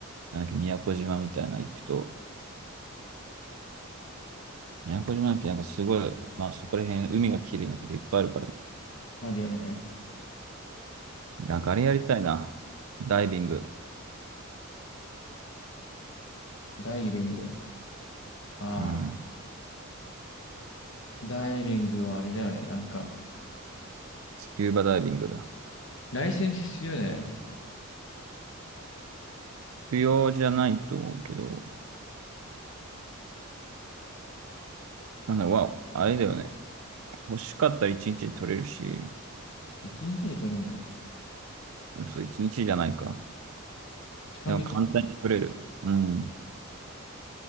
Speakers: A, on the right; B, on the left.
A: なんだっけ、宮古島みたいなの行くと、宮古島なんてなんかすごい、まあそこら辺、海が綺麗なとこいっぱいあるからね。
B: あるよね。
A: なんかあれやりたいな。ダイビング。
B: ダイビング。ああ、
A: うん。
B: ダイビングはあれだよね。なんか、
A: スキューバダイビングだ。
B: ライセンス必要だよね。
A: 必要じゃないと思うけど、なんだ、わ、あれだよね。欲しかったら一日で取れるし、
B: 一日で取れるの
A: 嘘、一日じゃないか。
B: 二日三
A: でも簡単に取れる。うん。